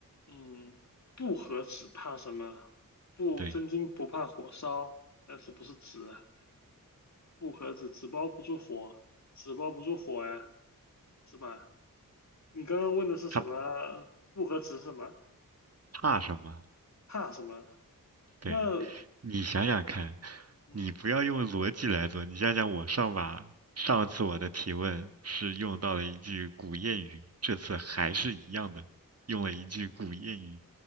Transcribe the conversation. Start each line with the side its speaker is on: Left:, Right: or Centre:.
Left: 嗯，不和纸怕什么？不真金不怕火烧，
Right: 对，
Left: 但是不是纸啊？不和纸纸包不住火，纸包不住火呀，是吧？你刚刚问的是什么？
Right: 它
Left: 不和纸是什么？
Right: 怕什么？
Left: 怕什么？
Right: 对，
Left: 那
Right: 你想想看，
Left: 嗯，
Right: 你不要用逻辑来做，你想想我上把上次我的提问是用到了一句古谚语，这次还是一样的，用了一句古谚语。